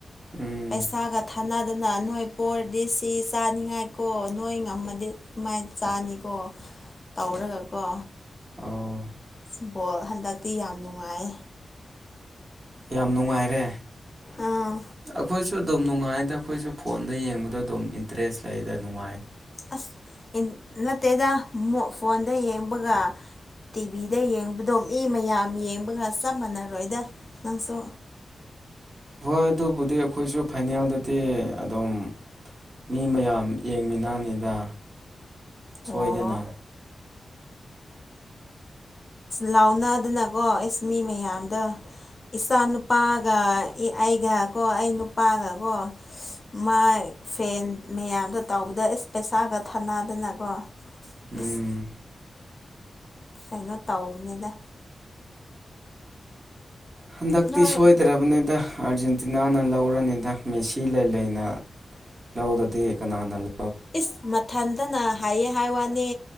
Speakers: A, on the right (about 35°); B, on the left (about 25°).
A: ꯎꯝ
B: ꯄꯩꯁꯥꯒ ꯊꯥꯅꯗꯅ ꯅꯣꯏ ꯄꯔꯗꯤ ꯁꯤ ꯆꯥꯅꯤꯡꯉꯥꯏ ꯀꯣ ꯅꯣꯏ ꯉꯝꯃꯗꯤ ꯑꯗꯨꯃꯥꯏꯅ ꯆꯥꯅꯤꯀꯣ ꯇꯧꯔꯒꯀꯣ
A: ꯑꯣ
B: ꯐꯨꯠꯕꯣꯜ ꯍꯟꯗꯛꯇꯤ ꯌꯥꯝ ꯅꯨꯡꯉꯥꯏ
A: ꯌꯥꯝ ꯅꯨꯡꯉꯥꯏꯔꯦ
B: ꯑꯥ
A: ꯑꯩꯈꯣꯏꯁꯨ ꯑꯗꯨꯝ ꯅꯨꯡꯉꯥꯏꯗ ꯑꯩꯈꯣꯏꯁꯨ ꯐꯣꯟꯗ ꯌꯦꯡꯕꯗꯣ ꯑꯗꯨꯝ ꯏꯟꯇꯔꯦꯁ ꯂꯩꯗ ꯅꯨꯡꯉꯥꯏ <unintelligible>
B: ꯑꯁ ꯅꯠꯇꯦꯗ ꯐꯣꯟꯗ ꯌꯦꯡꯕꯒ ꯇꯤꯚꯤꯗ ꯌꯦꯡꯕꯗꯣ ꯃꯤ ꯃꯌꯥꯝ ꯌꯦꯡꯕꯒ ꯆꯞ ꯃꯥꯟꯅꯔꯣꯏꯗ ꯅꯪꯁꯨ
A: ꯍꯣꯏ ꯑꯗꯨꯕꯨꯗꯤ ꯑꯈꯣꯏꯁꯨ ꯐꯥꯏꯅꯦꯜꯗꯗꯤ ꯑꯗꯨꯝ ꯃꯤ ꯃꯌꯥꯝ ꯌꯦꯡꯃꯤꯟꯅꯅꯤꯗ ꯁꯣꯏꯗꯅ
B: ꯑꯣ ꯂꯥꯎꯅꯗꯅꯀꯣ ꯑꯦꯁ ꯃꯤ ꯃꯌꯥꯝꯗ ꯏꯆꯥ ꯅꯨꯨꯄꯥꯒ ꯑꯩꯒꯀꯣ ꯑꯩ ꯅꯨꯄꯥꯒꯀꯣ ꯃꯥ ꯐꯦꯟ ꯃꯌꯥꯝꯗꯣ ꯇꯥꯎꯕꯗ ꯑꯦꯁ ꯄꯩꯁꯥꯒ ꯊꯥꯅꯗꯅꯀꯣ
A: ꯎꯝ
B: ꯏꯁ ꯀꯩꯅꯣ ꯇꯧꯕꯅꯤꯗ
A: ꯍꯟꯗꯛꯇꯤ
B: ꯅꯣꯏ
A: ꯁꯣꯏꯗ꯭ꯔꯕꯅꯤꯗ ꯑꯥꯔꯖꯦꯟ ꯇꯤꯅꯥꯅ ꯂꯧꯔꯅꯤꯗ ꯃꯦꯁꯤ ꯂꯩ ꯂꯩꯅ ꯂꯧꯔꯗꯤ ꯀꯅꯥꯅ ꯂꯧ
B: ꯏꯁ ꯃꯊꯟꯇꯅ ꯍꯥꯏꯌꯦ ꯍꯥꯏ ꯋꯥꯅꯦ